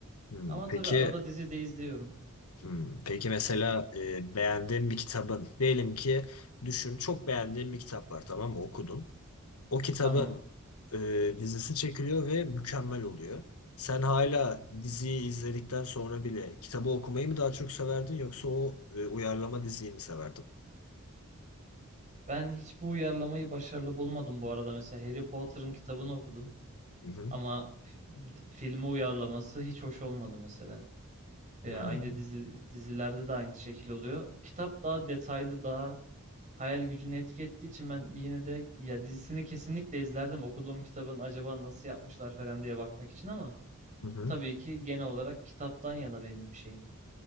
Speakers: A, on the left (about 80°); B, on the right (about 35°).
A: Hmm,
B: Ama
A: Peki
B: tabii arada dizi de izliyorum.
A: Hmm, Peki mesela e, beğendiğin bir kitabın diyelim ki düşün çok beğendiğin bir kitap var tamam mı okudun. O kitabın
B: Tamam.
A: e, dizisi çekiliyor ve mükemmel oluyor. Sen hala diziyi izledikten sonra bile kitabı okumayı mı daha çok severdin yoksa o e, uyarlama diziyi mi severdin?
B: Ben hiç bu uyarlamayı başarılı bulmadım bu arada. Mesela Harry Potter'ın kitabını okudum.
A: Hı hı.
B: Ama f- filmi uyarlaması hiç hoş olmadı mesela. Veya
A: Hmm,
B: aynı dizi, dizilerde de aynı şekil oluyor. Kitap daha detaylı, daha hayal gücünü etki ettiği için ben yine de ya dizisini kesinlikle izlerdim. Okuduğum kitabın acaba nasıl yapmışlar falan diye bakmak için ama
A: Hı hı.
B: tabii ki genel olarak kitaptan yana benim bir şeyim.